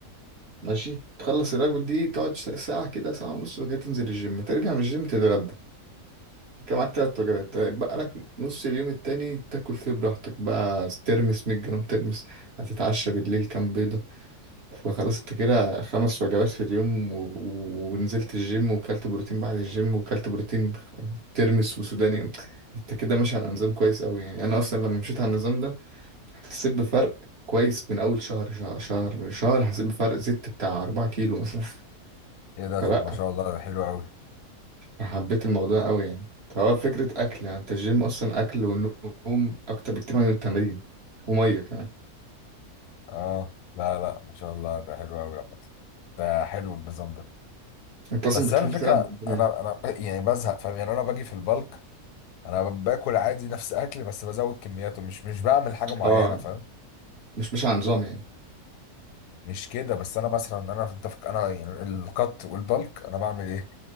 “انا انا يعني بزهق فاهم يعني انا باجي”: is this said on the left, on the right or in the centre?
Left